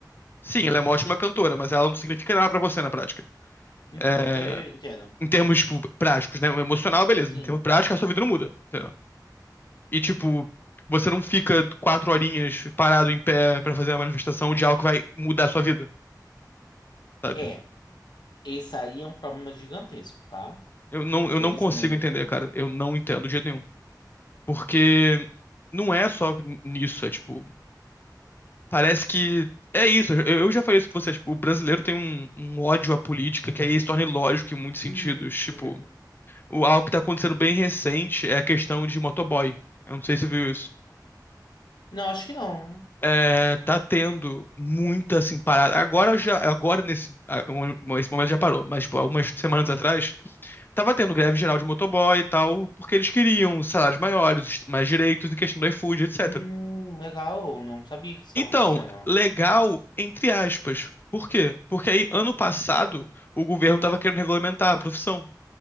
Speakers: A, on the left; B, on the left.
A: Sim, ela é uma ótima cantora, mas ela não significa nada pra você na prática.
B: uhum.
A: É,
B: Eu, eu entendo.
A: em termos,
B: Uhum.
A: tipo, práticos, né? O emocional, beleza.
B: Sim,
A: Mas Em termos práticos,
B: sim.
A: a sua vida não muda, entendeu? E, tipo, você não fica quatro horinhas parado em pé pra fazer uma manifestação de algo que vai mudar a sua vida, sabe?
B: É. Esse aí é um problema gigantesco, tá?
A: Eu não,
B: Infelizmente.
A: eu não consigo entender, cara. Eu não entendo de jeito nenhum. Porque não é só nisso, é tipo, parece que é isso. Eu, eu já falei isso pra vocês, tipo, o brasileiro tem um, um ódio à política que aí se torna ilógico em muitos sentidos,
B: Uhum,
A: tipo,
B: Uhum.
A: O, algo que tá acontecendo bem recente é a questão de motoboy. Eu não sei se você viu isso.
B: Não, acho que não.
A: É, tá tendo muita, assim, parada. Agora já, agora nesse, ah, um- um, esse momento já parou, mas, tipo, algumas semanas atrás, tava tendo greve geral de motoboy e tal, porque eles queriam salários maiores, mais direitos em questão do iFood, etc.
B: Hum, legal, não sabia que isso estava
A: Então,
B: acontecendo.
A: legal, entre aspas. Por quê? Porque aí, ano passado, o governo tava querendo regulamentar a profissão.